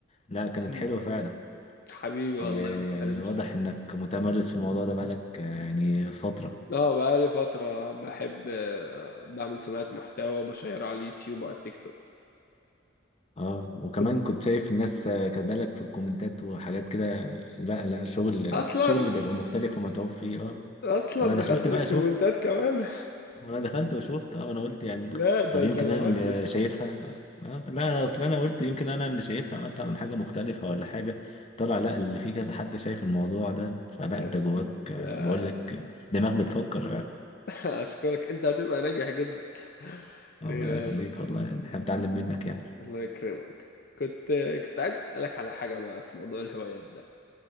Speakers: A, on the left; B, on the left.
A: لا كانت
B: مم.
A: حلوة فعلا
B: حبيبي والله
A: آه،
B: ما
A: يعني
B: تحرمش
A: واضح
B: حبيبي
A: انك متمرس في الموضوع ده بقالك آه، يعني فترة
B: اه بقالي فترة بحب آه، بعمل صناعة محتوى وبشيرها على اليوتيوب وعلى التيك توك
A: اه وكمان
B: كنت
A: كنت شايف الناس آه، كاتبه لك في الكومنتات وحاجات كده لا لا شغل
B: اصلا
A: شغل بيبقى مختلف ومتعوب فيه اه
B: اصلا
A: وانا دخلت
B: دخلت
A: بقى
B: للكومنتات
A: شفت
B: كمان
A: وانا دخلت وشفت اه انا قلت يعني
B: لا ده
A: طب
B: انت
A: يمكن
B: مهندس
A: انا اللي شايفها آه لا أنا اصل انا قلت يمكن انا اللي شايفها مثلا حاجة مختلفة ولا حاجة طلع لا اللي في كذا حد شايف الموضوع ده فلا
B: كذا
A: انت جواك آه،
B: آه،
A: بقول لك دماغ بتفكر آه،
B: <laughs> اشكرك انت هتبقى ناجح جدا
A: ربنا
B: يا
A: يخليك والله يعني احنا بنتعلم منك يعني
B: الله يكرمك كنت كنت عايز اسالك على حاجه بقى في موضوع الهوايات ده